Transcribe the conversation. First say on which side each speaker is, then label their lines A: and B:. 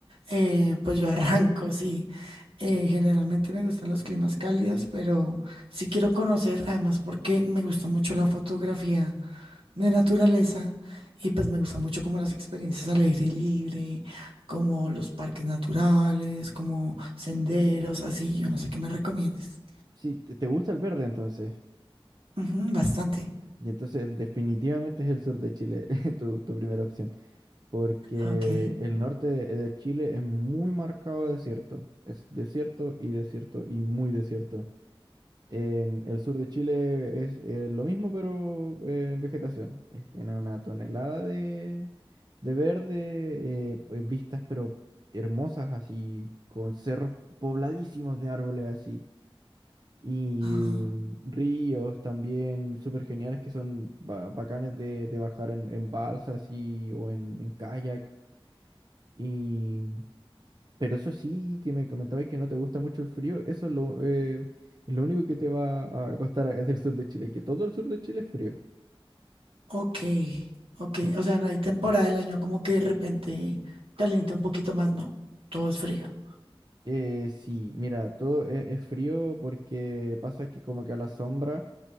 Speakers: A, on the right; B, on the right.
A: Eh, pues yo arranco, sí. Eh, generalmente me gustan los climas cálidos, pero sí quiero conocer, además porque me gusta mucho la fotografía de naturaleza y pues me gusta mucho como las experiencias al aire libre, como los parques naturales, como senderos, así. Yo no sé qué me recomiendes.
B: Sí, te te gusta el verde entonces.
A: Ujú, bastante.
B: Y entonces definitivamente es el sur de Chile <laughs> tu, tu primera opción, porque
A: Ok.
B: el norte de, de Chile es muy marcado desierto. Es desierto y desierto y muy desierto. Em, el sur de Chile es eh, lo mismo, pero eh, en vegetación. Es- tiene una tonelada de, de verde, eh, eh, vistas pero hermosas así, con cerros pobladísimos de árboles así. Y
A: Ajá.
B: ríos también súper geniales que son ba- bacanes de, de bajar en, en balsas y, o en, en kayak. Y, pero eso sí, que me comentabas que no te gusta mucho el frío, eso es lo, eh, es lo único que te va a costar es <laughs> del sur de Chile, que todo el sur de Chile es frío.
A: Ok. Ok.
B: Eh,
A: O sea, no hay temporada del año como que de repente calienta un poquito más, no. Todo es frío.
B: eh, sí, mira, todo es, es frío porque pasa que como que a la sombra